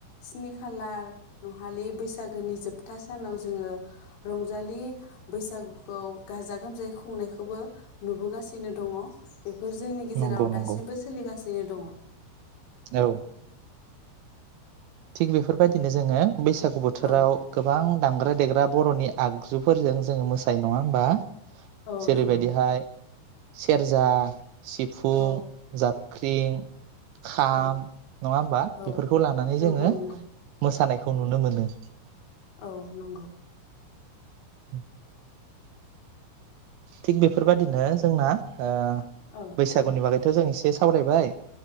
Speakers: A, on the left (about 65°); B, on the right (about 75°).
A: स्नि खालार नहालि बैसागुनि जोबथा सानाव जोङो रंजालि बैसागुखौ गाजा गोमजायै खुंनायखौबो नुबोगासिनो दङ। बेफोर जोंनि गेजेराव
B: नंगौ नंगौ
A: दासिमबो सोलिगासि यैनो दङ।
B: औ। थिग बेफोरबायदिनो जोंङो बैसागु बोथोराव
A: औ
B: गोबां दामग्रा देग्रा बर'नि आगजुफोरजों जोंङो मोसायो नंङा होमबा?
A: औ
B: जेरै
A: नंगौ
B: बायदिहाय सेरजा। सिफुं,
A: औ
B: जाबख्रिं। खाम
A: औ
B: नंङा होमबा
A: औ
B: बेफोरखौ लानानै
A: नंगौ
B: जोंङो
A: नंगौ
B: मोसानायखौ नुनो मोनो।
A: औ नंगौ।
B: उम। थिग बेफोर बायदिनो जोंना ओ
A: औ
B: बैसागुनि बागै बेथ' जों एसे सावरायबाय